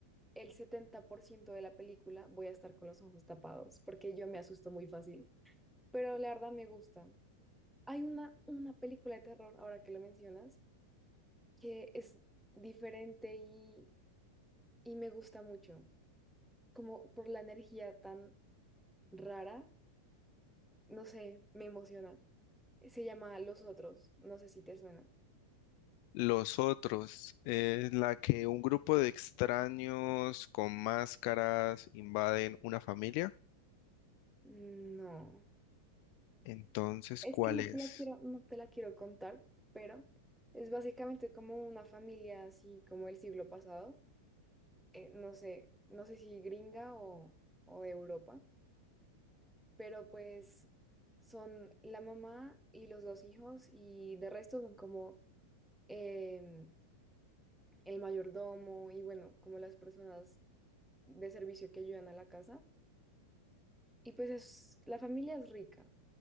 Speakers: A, in the centre; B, on the left.
A: el 70% de la película, voy a estar con los ojos tapados, porque yo me asusto muy fácil. Pero la verdad me gusta. Hay una, una película de terror, ahora que lo mencionas, que es diferente y, y me gusta mucho. Como por la energía tan rara, no sé, me emociona. Se llama Los Otros. No sé si te suena.
B: Los otros, es la que un grupo de extraños con máscaras invaden una familia.
A: No.
B: Entonces,
A: Es
B: ¿cuál
A: que no
B: es?
A: te la quiero, no te la quiero contar, pero es básicamente como una familia así como el siglo pasado. eh, no sé, no sé si gringa o, o de Europa, pero pues son la mamá y los dos hijos y de resto son como em, el mayordomo y bueno, como las personas de servicio que ayudan a la casa. Y pues es, la familia es rica.